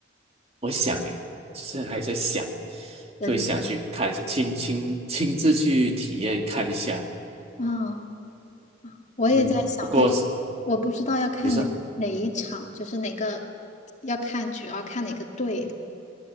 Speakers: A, on the right (about 30°); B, on the left (about 40°).
A: 我想诶，现在还在想，
B: 真的，
A: 会想去看一下，亲亲亲自去体验看一下。
B: 嗯，我也在想，
A: 嗯，不过
B: 但是我不知道要看哪哪一场，
A: 你说，
B: 就是哪个要看，主要看哪个队的。